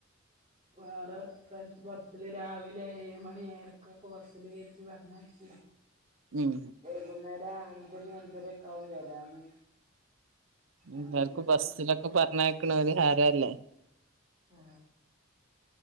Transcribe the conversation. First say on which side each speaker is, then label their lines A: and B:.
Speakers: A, on the right; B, on the right.
A: വേറെ എന്താണ് ബസ്സില് രാവിലെ ഏഴ് മണി ഏഴരക്കൊക്കെ ബസ്സില് കയറ്റി പറഞ്ഞച്ച
B: ഉം
A: വൈകുന്നേരം അഞ്ചണി അഞ്ചര ഒക്കെ ആകും വരാന് അങ്ങനത്തെ
B: എല്ലാർക്കും
A: ഒരു
B: ബസ്സിലൊക്കെ പറഞ്ഞേക്കണ ഒരു ഹരല്ലേ
A: ഉം